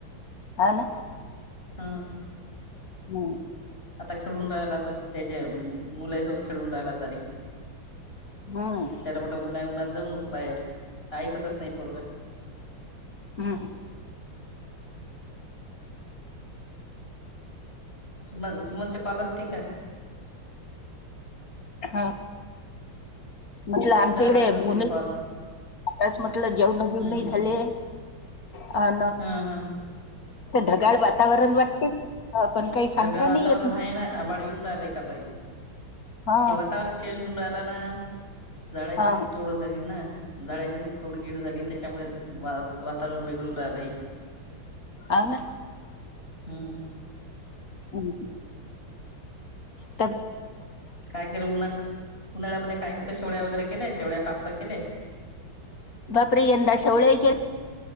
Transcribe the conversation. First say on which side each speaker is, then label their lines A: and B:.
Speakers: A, on the left; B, on the left.
A: हा ना
B: हम्
A: हम्म.
B: आता खेळून रायला तो त्याच्या मुलासोबत खेळून राहिला तरी
A: हम्म.
B: त्याला म्हटलं उन्हा उन्हा जग नको बाहेर ऐकतच नाही पोरग..
A: हम्.
B: सुमन सुमनच्या कॉललती का?
A: हा. म्हटलं आमच्या
B: झालाच
A: इकडे..
B: नसेल कॉल
A: त्यास म्हटलं जेवण जेवनही
B: हम्म हम्म
A: झाले अ
B: हा हा
A: ढगाळ वातावरण वाटते. अ, पण काही सांगता
B: ढगर वातावरण
A: नाही येत
B: आहे ना आ बाळ येऊन राहिलं एकापरी
A: हा
B: हे वातावरण चेंज होऊन राहिलं. ला ना झाडाची
A: हा
B: खूप तोड झाली ना.. झाडाची खूप तोडगीड झाली त्याच्यामुळे वातावरण बिघडून राहिलं आहे..
A: आ ना.
B: हम्म.
A: हम्. त.
B: काय केलं उन्हा. उन्हाळ्यामध्ये काय केलं शेवड्या वगैरे केल्याय शेवड्या पापड केलेय..
A: बपरी एंद शौळके..